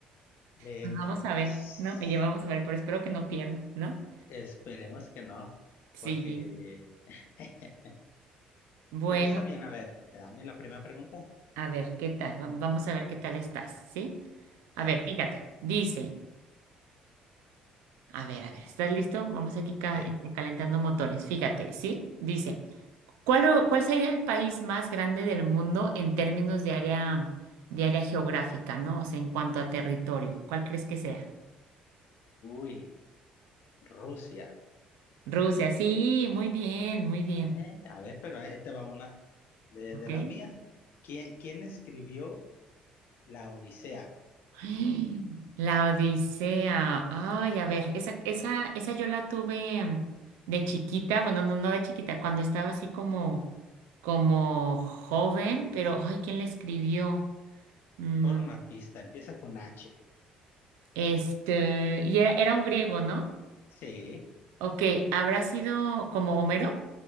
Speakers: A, on the left; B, on the right.
A: le
B: pues
A: entro,
B: vamos a
A: pues.
B: ver, ¿no? Oye, vamos a ver, pero espero que no pierda, ¿no?
A: Esperemos que no,
B: Sí.
A: porque... <laughs>
B: Bueno,
A: Pero está bien, a ver, dame la primera pregunta.
B: A ver, ¿qué tal? Vam- Vamos a ver qué tal estás, ¿sí?
A: Dale,
B: A ver, fíjate, dice, a ver, a ver, ¿estás listo? Vamos aquí ca-
A: sí.
B: este, calentando motores, fíjate, ¿sí? Dice, ¿cuál, o- cuál sería el país más grande del mundo en términos de área, de área geográfica, ¿no? O sea, en cuanto a territorio, ¿cuál crees que sea?
A: Uy, Rusia.
B: Rusia, sí, muy bien, muy bien,
A: Eh, A ver, pero ahí te va una de,
B: ¿ok?
A: de la mía. ¿Quién, quién escribió La Odisea?
B: <gasps> ¡Ay! La Odisea. Ay, a ver, esa, esa, esa yo la tuve mm, de chiquita, bueno, no, no de chiquita, cuando estaba así como, como joven, pero ay, ¿quién la escribió? Mm,
A: Por una pista, empieza con H.
B: este, y era, era un griego, ¿no?
A: Sí.
B: Ok, ¿habrá sido como Homero?